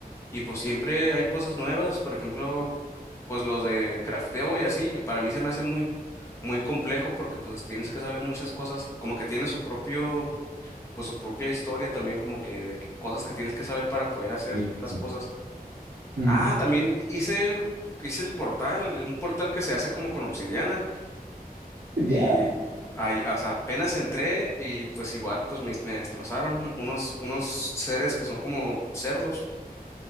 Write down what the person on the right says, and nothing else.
Sí,
sí.
Ujú.
<laughs>
Ya,